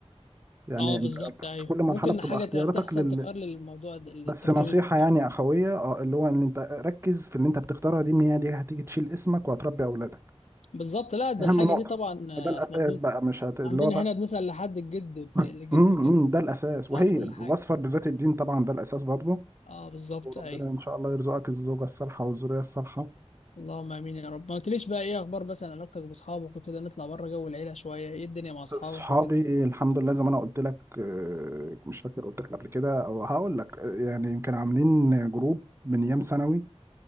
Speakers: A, on the right (about 25°); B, on the left (about 85°).
A: يعني
B: اه بالظبط ايوه
A: في كل مرحله
B: ممكن
A: بتبقى
B: حاجه
A: اختياراتك
B: ت- تحصل
A: لل...
B: تغير للموضوع ده التفكير
A: بس نصيحة
B: اللي فيه.
A: يعني أخوية اه اللي هو إن أنت ركز في اللي أنت بتختارها دي إن هي دي هتيجي تشيل اسمك وهتربي أولادك
B: بالظبط لا ده
A: أهم
B: الحاجه
A: نقطة
B: دي طبعا آه،
A: ده الأساس
B: احنا بن...
A: بقى مش هت... اللي
B: عندنا
A: هو بقى
B: هنا بنسال لحد الجد بت-
A: <laughs>
B: الجد
A: امم
B: الجد
A: إمم، ده الأساس وهي
B: نعرف كل حاجه
A: وأصفر بذات الدين طبعا ده الأساس برضه
B: اه بالظبط
A: وربنا
B: ايوه
A: إن شاء الله يرزقك الزوجة الصالحة والذرية الصالحة
B: اللهم امين يا رب ما قلتليش بقى ايه اخبار مثلا علاقتك باصحابك وكده نطلع بره جو العيله شويه ايه الدنيا مع اصحابك
A: أصحابي
B: وكده
A: الحمد لله زي ما أنا قلت لك آه، مش فاكر قلت لك قبل كده أو هقول لك آه، يعني يمكن عاملين جروب من أيام ثانوي